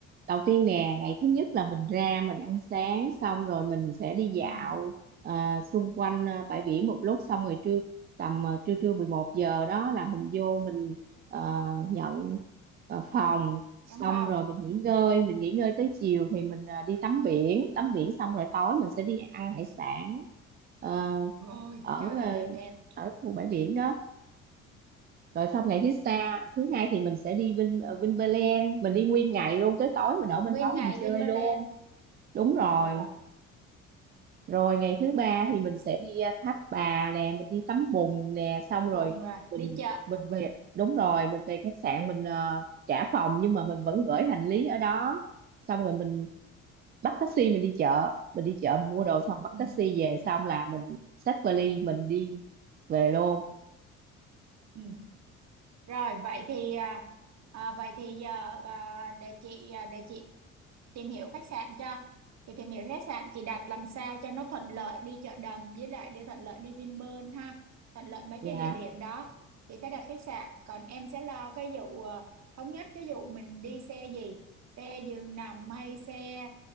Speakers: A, on the right; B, on the right.
A: đầu tiên nè ngày thứ nhất là mình ra mình ăn sáng xong rồi mình sẽ đi dạo
B: ừ,
A: à, xung quanh à, bãi biển một lúc xong rồi trưa tầm à, trưa trưa 11 giờ đó là mình vô mình ờ, nhận ờ, phòng xong
B: trong phòng
A: rồi mình nghỉ
B: ừ.
A: ngơi mình nghỉ ngơi tới chiều thì mình à, đi tắm biển tắm biển xong rồi tối mình sẽ đi ăn hải sản ờ,
B: rồi
A: ở
B: trời ơi
A: ờ,
B: đẹp
A: ở khu bãi biển đó rồi xong
B: ừ.
A: ngày thứ sa thứ hai thì mình sẽ đi Vin ờ, Vinpearl mình đi nguyên ngày luôn tới tối mình ở bên
B: nguyên
A: đó mình
B: ngày
A: chơi
B: Vinpearl
A: luôn đúng rồi
B: rồi
A: rồi ngày thứ ba
B: ngày
A: thì mình sẽ đi ờ, Tháp Bà nè mình đi tắm bùn nè xong rồi
B: buồn rồi
A: mình
B: đi chợ
A: mình về đúng rồi mình về khách sạn mình ờ, trả phòng nhưng mà mình vẫn gửi hành lý ở đó xong rồi mình bắt taxi mình đi chợ mình đi chợ mua đồ xong bắt
B: ừ,
A: taxi về xong là mình xách vali mình đi về luôn
B: ừ. rồi vậy thì à, à, vậy thì giờ à, để chị à, để chị tìm hiểu khách sạn cho chị tìm hiểu khách sạn chị đặt làm sao cho nó thuận lợi đi chợ đầm với lại đi thuận lợi đi Vinpearl ha thuận lợi mấy
A: dạ
B: cái địa điểm đó chị sẽ đặt khách sạn còn em sẽ lo cái vụ ờ, thống nhất cái vụ mình đi xe gì xe giường nằm hay xe